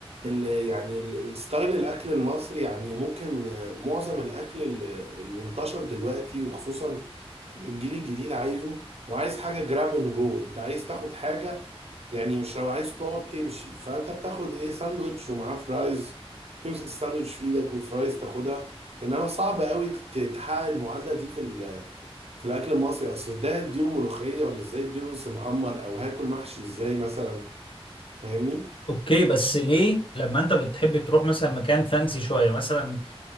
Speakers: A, on the right (about 75°); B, on the left (about 55°).
A: يعني ال- الستايل الاكل المصري يعني ممكن آه، معظم الاكل ال- المنتشر دلوقتي وخصوصا الجيل الجديد عايزه وعايز حاجه جراب من جوه انت عايز تاخد حاجه يعني مش لو عايز تقعد تمشي فانت بتاخد ايه ساندوتش ومعاه فرايز تمسك الساندوتش في ايدك والفرايز تاخدها انما صعب قوي ت- تحقق المعادله دي في ال- في الاكل المصري اصل ده اديله ملوخيه ولا ازاي اديله رز معمر او هاكل محشي ازاي مثلا فاهمني
B: اوكي بس ليه لما انت بتحب تروح مثلا مكان فانسي شويه مثلا